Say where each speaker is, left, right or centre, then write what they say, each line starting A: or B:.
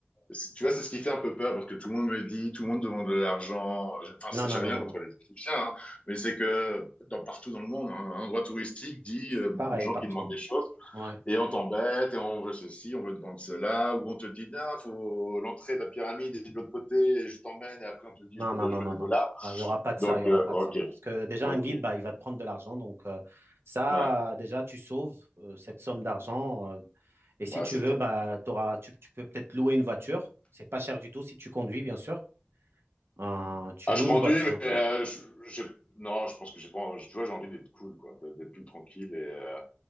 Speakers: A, on the left; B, on the right.
A: C'est- Tu vois, c'est ce qui fait un peu peur parce que tout le monde me dit, tout le monde demande de l'argent. Enfin, c'est-
B: Non, non,
A: j'ai
B: non,
A: rien
B: non,
A: contre
B: non.
A: les Égyptiens, hein, mais c'est que dans, partout dans le monde, hein, un endroit touristique dit
B: C'est
A: euh, beaucoup
B: pareil
A: de gens
B: partout.
A: qui demandent des choses
B: Ouais.
A: et on t'embête et on veut ceci, on veut te vendre cela, ou on te dit, il faut l'entrée de la pyramide est de l'autre côté et je t'emmène et après on te dit,
B: Non,
A: je veux,
B: non,
A: de-
B: non,
A: je veux
B: non,
A: des
B: non.
A: dollars.
B: Bah, Il y aura pas de
A: Donc,
B: ça, il y aura
A: euh,
B: pas
A: ok,
B: de ça. Parce que déjà,
A: ok,
B: un guide, bah, il va te prendre de l'argent. Donc, euh, ça,
A: ouais,
B: euh, déjà, tu sauves euh, cette somme d'argent. euh, et si
A: ouais,
B: tu
A: c'est
B: veux,
A: top.
B: bah, t'auras, tu, tu peux peut-être louer une voiture. C'est pas cher du tout si tu conduis, bien sûr. Euh, tu
A: Ah,
B: loues
A: je conduis,
B: une voiture.
A: mais euh, je, j'ai- non, je pense que j'ai pas, envie- tu vois, j'ai envie d'être cool, quoi, de- d'être plus tranquille et. euh,